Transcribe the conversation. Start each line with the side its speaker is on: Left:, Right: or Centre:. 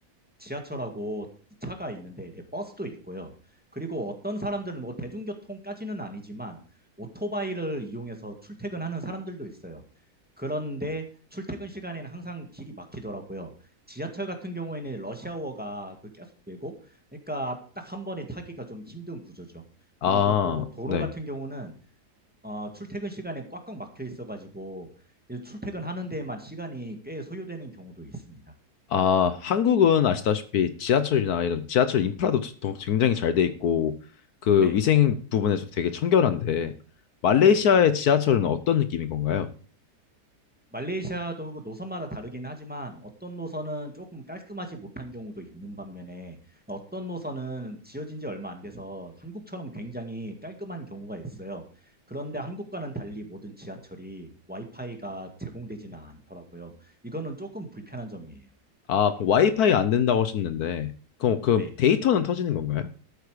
Centre: 지하철하고 차가 있는데 네, 버스도 있고요. 그리고 어떤 사람들은 뭐 대중교통까지는 아니지만 오토바이를 이용해서 출퇴근하는 사람들도 있어요. 그런데 출퇴근 시간에는 항상 길이 막히더라고요. 지하철 같은 경우에는 러시아워가 그 계속되고, 그러니까 딱 한 번에 타기가 좀 힘든 구조죠.
Left: 아,
Centre: 그리고 또 도로
Left: 네.
Centre: 같은 경우는 어, 출퇴근 시간에 꽉꽉 막혀 있어가지고 이제 출퇴근하는 데에만 시간이 꽤 소요되는 경우도 있습니다.
Left: 아, 한국은 아시다시피 지하철이나 이런 지하철 인프라도 더- 굉장히 잘 돼 있고 그
Centre: 네,
Left: 위생 부분에서 되게 청결한데 말레이시아의
Centre: 네.
Left: 지하철은 어떤 느낌인 건가요?
Centre: 말레이시아도 그 노선마다 다르긴 하지만 어떤 노선은 조금 깔끔하지 못한 경우도 있는 반면에 어떤 노선은 지어진 지 얼마 안 돼서 한국처럼 굉장히 깔끔한 경우가 있어요. 그런데 한국과는 달리 모든 지하철이 와이파이가 제공되지는 않더라고요. 이거는 조금 불편한 점이에요.
Left: 아, 그 와이파이 안 된다고 하셨는데 그럼 그
Centre: 네.
Left: 데이터는 터지는 건가요?